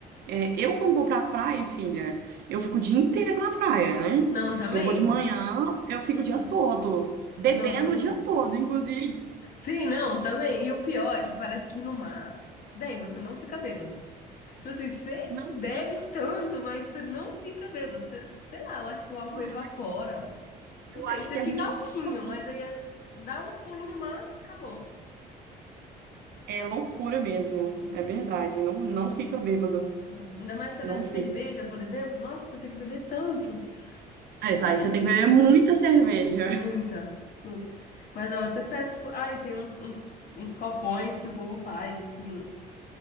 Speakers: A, on the right (about 70°); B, on the left (about 55°).
A: é, eu, quando vou pra praia, filha, eu fico o dia inteiro na praia, né?
B: Não, também?
A: Eu vou de manhã, eu fico
B: Uhum.
A: o dia todo, bebendo
B: Não, também.
A: o dia todo, inclusive. <laughs>
B: Sim, não, também. E o pior é que parece que no mar, véi, você não fica bêbado. Tipo assim, você
A: Não
B: bebe
A: fica.
B: tanto, mas você não fica bêbado. Você- sei lá, eu acho que o álcool
A: Cara,
B: evapora.
A: mas eu
B: Não sei,
A: acho
B: você
A: que
B: fica
A: a gente
B: altinho,
A: sua muito.
B: mas aí é- dá um pulo no mar, acabou.
A: É loucura mesmo,
B: Loucura.
A: é verdade. Não, não fica bêbado,
B: Não. Ainda mais se
A: não
B: você bebe
A: fica.
B: cerveja, por exemplo. Nossa, você tem que beber tanto.
A: É, isso
B: Tanto.
A: aí você tem que beber muita cerveja.
B: Muita, muita. Mas não, eu sempre peço, tipo, ai, tem uns, uns, uns copões que o povo faz, assim.